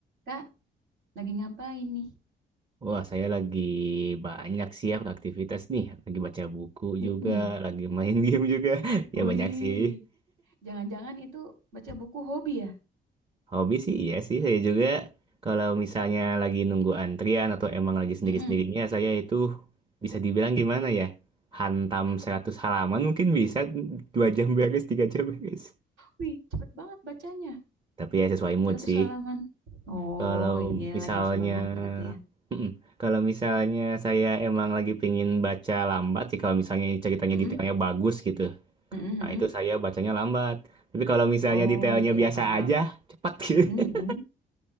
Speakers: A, on the right; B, on the right.
A: Kak, lagi ngapain nih?
B: Wah, saya lagi banyak sih ya aktivitas nih. Lagi baca buku
A: Mm-mm.
B: juga, lagi main <laughs> game juga. Ya
A: Wih,
B: banyak sih.
A: jangan-jangan itu baca buku hobi ya?
B: Hobi sih iya sih saya juga. Kalau misalnya lagi nunggu antrian atau emang lagi sendiri-sendirinya,
A: Mm-mm.
B: saya itu bisa dibilang gimana ya? Hantam 100 halaman mungkin bisa 2 jam beres, 3 jam beres.
A: Wih, cepet banget bacanya.
B: Tapi ya sesuai mood
A: seratus
B: sih.
A: halaman. Oh,
B: Kalau
A: iya
B: misalnya
A: lagi semangat berarti ya.
B: Mm-mm. Kalau misalnya saya emang lagi pengen baca lambat sih, kalau misalnya ceritanya
A: Mm-mm.
B: detailnya bagus gitu,
A: Mm-mm, mm-mm.
B: Nah, itu saya bacanya lambat. Tapi kalau misalnya
A: Oh,
B: detailnya
A: iya
B: biasa
A: ya paham.
B: aja, cepat gitu.
A: Mm-mm,
B: <laughs>
A: mm-mm.